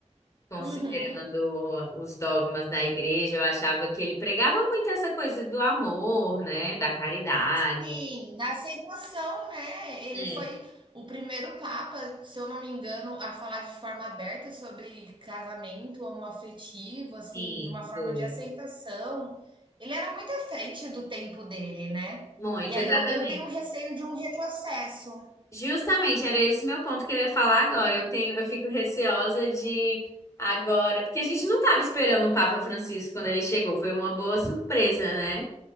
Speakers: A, on the left (about 25°); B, on the right (about 40°).
A: Considerando
B: Uhum.
A: os dogmas da igreja, eu achava que ele pregava muito essa coisa do amor, né? Da caridade.
B: Sim, da aceitação, né? Ele
A: É,
B: foi o primeiro papa, se eu não me engano, a falar de forma aberta sobre casamento homoafetivo, assim,
A: sim,
B: de uma forma
A: foi.
B: de aceitação. Ele era muito à frente do tempo dele, né?
A: Muito,
B: E aí
A: exatamente.
B: eu, eu tenho um receio de um retrocesso.
A: Justamente, era esse meu ponto que eu ia falar agora. Eu tenho, eu fico receosa de agora, porque a gente não estava esperando o Papa Francisco quando ele chegou, foi uma boa surpresa, né?